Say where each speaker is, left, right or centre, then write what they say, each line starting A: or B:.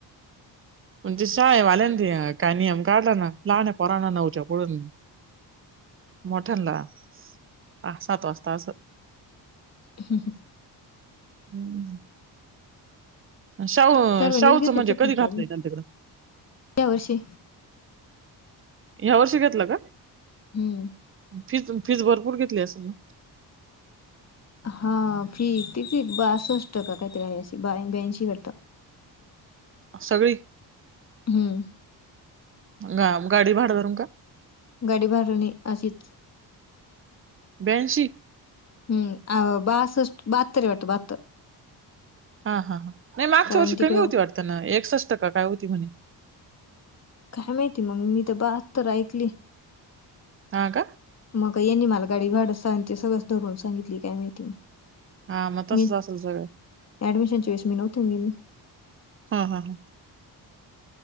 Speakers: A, on the right; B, on the left.
A: पण ते शाळेवाले ना ते, काय नियम काढला ना लहान्या पोरांना नऊच्या पुढून मोठ्यांला, आ सात वाजता असं
B: <unintelligible>
A: हम्म शाव,
B: सर्वांनीच
A: शाहुचं
B: घेतल्याच्यातून
A: म्हणजे कधी घातलंय
B: काढून
A: त्यांच्याकडें?
B: या वर्षी
A: ह्या वर्षी घेतलं का?
B: हम्म
A: फीज फीस भरपूर घेतली असेल ना?
B: हा फी किती, बासष्ट का कायतरी आहे अशी बा ब्याऐंशी आहे वाटतं.
A: सगळी
B: हम्म
A: ग गाडी भाडं धरून का?
B: गाडी भाडं नाही, अशीच
A: ब्याऐंशी
B: हम्म, आ बासष्ट बाहात्तर हाय वाटतं बाहात्तर.
A: हा हा हा, नाही मागच्या
B: कारण
A: वर्षी
B: तिकडं
A: कमी होती वाटतं ना, एकसष्ट का काय होती म्हणे.
B: काय माहिती मग, मी तर बा हत्तर ऐकली.
A: हा का?
B: मग यांनी मला गाडी भाडं सांग ते सगळंच धरून सांगितलं. ती काय माहिती नाही,
A: हा मग तसंच
B: मी
A: असेल सगळं
B: ऍडमिशनच्या वेळेस मी नव्हती ना गेले.
A: हा हा हा